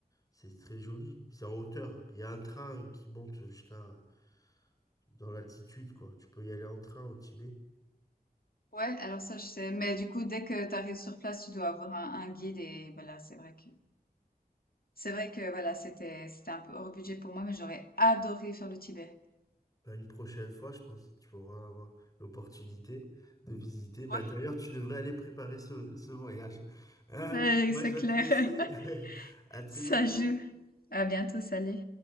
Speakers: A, on the left; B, on the left.
A: C'est très joli. C'est en hauteur. Il y a un train qui monte jusqu'à dans l'altitude quoi. Tu peux y aller en train au Tibet.
B: ouais, alors ça, je sais. Mais du coup, dès que tu arrives sur place, tu dois avoir un, un guide. Et voilà, c'est vrai que C'est vrai que voilà, c'était c'était un peu hors budget pour moi, mais j'aurais adoré faire le Tibet.
A: Bah, une prochaine fois, je pense que tu auras avoir l'opportunité de visiter. Bah,
B: Ouais,
A: d'ailleurs, tu devrais aller préparer ce, ce voyage. <laughs>
B: Euh,
A: moi,
B: c'est
A: je dois
B: clair,
A: te laisser.
B: <laughs>
A: <laughs> À très
B: ça
A: bientôt.
B: joue. À bientôt, salut.